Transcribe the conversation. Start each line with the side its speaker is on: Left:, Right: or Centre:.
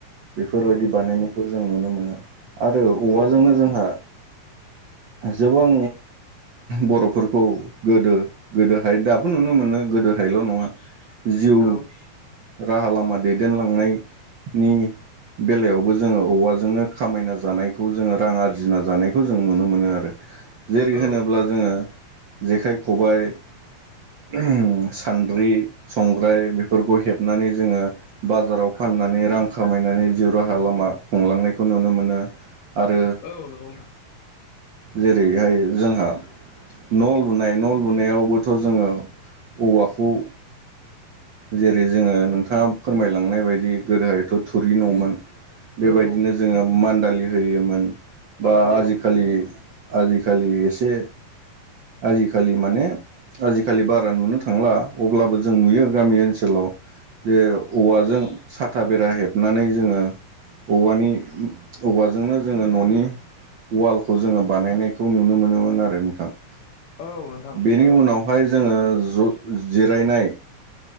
Right: बेफोरबायदि
Left: औ
Right: बानायनायखौ जों नुनो मोनो। आरो औवाजोंनो
Left: औ
Right: जोंहा जोबां बर'फोरखौ गोदो गोदोहाय दाबो नुनो मोनो गोदोहायल' नङा जिउ
Left: औ
Right: राहा लामा दैदेनलांनायनि बेलायावबो जोङो औवाजोंनो खामायना जानायखौ जोङो रां आरजिना जानायखौ जों नुनो मोनो आरो। जेरै होनोब्ला
Left: औ नंगौ नोंथां
Right: जोङो
Left: औ
Right: जेखाइ खबाइ सानद्रि संग्राय बेफोरखौ हेबनानै जोङो बाजाराव फाननानै रां खामायनानै जिउ राहा लामा हमलांनायखौ नुनो मोनो आरो
Left: औ नंगौ नोंथां
Right: जेरैहाय जोंहा न' लुनाय न' लुनायावबोथ' जोङो औवाखौ जेरै जोङो नोंथाङा फोरमायलांनाय बायदि गोदोहायथ' थुरि न'मोन बेबायदिनो
Left: औ
Right: जोङो मान्दालि होयोमोन
Left: मान्दालि
Right: बा आजिखालि
Left: औ
Right: आजिखालि एसे आजिखालि माने आजिखालि बारा नुनो थांला अब्लाबो जों नुयो गामि ओनसोलाव जे औवाजों साथा बेरा हेबनानै जोङो औवानि औवाजोंनो जोङो न'नि उवालखौ जोङो बानायनायखौ नुनो मोनोमोन आरो नोंथां।
Left: औ नों
Right: बेनि उनावहाय जोङो ज जिरायनाय